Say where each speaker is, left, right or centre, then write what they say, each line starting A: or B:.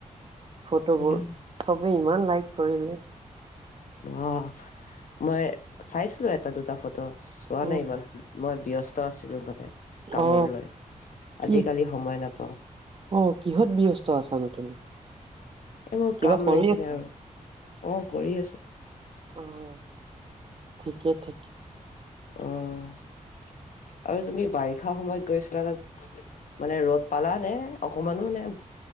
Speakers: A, on the right; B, on the left.
A: ফটোবোৰ।
B: উম
A: চবে ইমান লাইক কৰিলে।
B: <unintelligible> মই চাইছিলো এটা, দুটা ফটো চোৱা
A: উ
B: নাই ইমান। মই ব্যস্ত আছিলো মানে কামৰ
A: অ
B: লৈ
A: কি
B: আজিকালি সময় নাপাওঁ।
A: অ' কিহত ব্যস্ত আছানো তুমি?
B: এ মই
A: কিবা
B: কাম
A: কৰি
B: লৈকেনে
A: আছা
B: আৰু অ' কৰি আছো।
A: অ'ঠিকে, ঠিকে।
B: অ' আৰু তুমি বাৰিষা সময়ত গৈছিলা তাত? মানে ৰ'দ পালা নে অকমানো নে